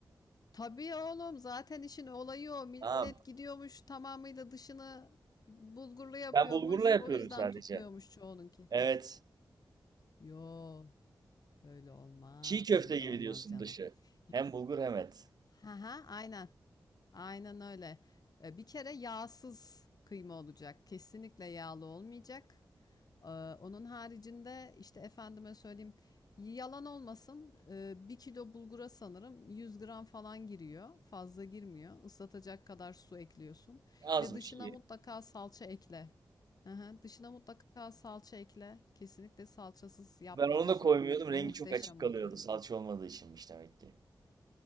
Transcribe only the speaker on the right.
Aa,
ben bulgurla yapıyorum
sadece.
Evet.
Çiğ köfte
gibi
diyorsun
dışı.
Hem bulgur hem et.
Az
mı çiğ?
Ben onu
da koymuyordum.
Rengi çok açık kalıyordu.
Salça olmadığı içinmiş demek ki.